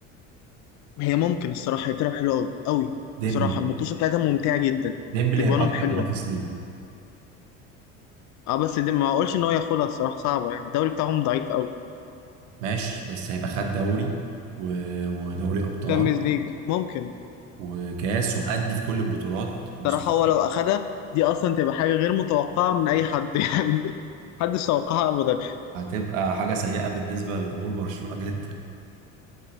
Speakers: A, on the left; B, on the right.
A: هي ممكن الصراحة هي بتلعب حلوة أوي أوي
B: ديمبلي
A: صراحة المطوشة بتاعتها ممتعة جدا
B: ديمبلي
A: تجوانهم
B: هيبقى أكتر
A: حلوة
B: منافس ليه
A: اه بس دي ما أقولش إن هو ياخدها الصراحة صعبة يعني الدوري بتاعهم ضعيف أوي
B: ماشي بس هيبقى خد دوري و... ودوري ابطال
A: تشامبيونز ليج ممكن
B: وكاس ومأدي في كل البطولات ومستمر
A: صراحة هو لو أخدها دي أصلا تبقى حاجة غير متوقعة من أي حد <laughs> يعني محدش توقعها أبدا <laughs>
B: هتبقى حاجه سيئه بالنسبه لجمهور برشلونه جدا